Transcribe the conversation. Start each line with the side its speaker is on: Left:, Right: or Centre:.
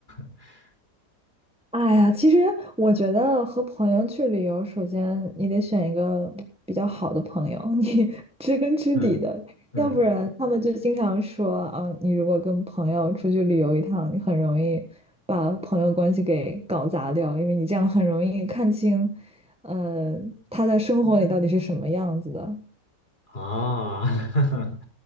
Left: <laughs>
Centre: 哎呀，其实我觉得和朋友去旅游，首先你得选一个比较好的朋友，你 <laughs> 知根知底的，
Left: 嗯嗯。
Centre: 要不然他们就经常说啊，你如果跟朋友出去旅游一趟，你很容易把朋友关系给搞砸掉，因为你这样很容易看清，呃，他在生活里到底是什么样子的。
Left: 啊，<laughs>